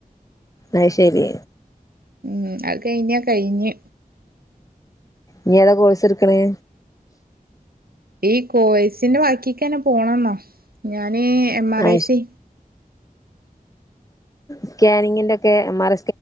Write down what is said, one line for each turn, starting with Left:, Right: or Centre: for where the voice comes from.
Left: അയ്യശേരി
Right: ഉം അത് കഴിഞ്ഞാ കഴിഞ്ഞ്
Left: നി ഏതാ കോഴ്സ് എടുക്കണേ
Right: ഈ കോഴ്സിന്റെ ബാക്കിക്ക്ന്നെ പോണംന്നാ ഞൻ എം ആർ
Left: ആഹ്
Right: ഐസി
Left: സ്കാനിങ്ങിന്റെ ഒക്കെ മറ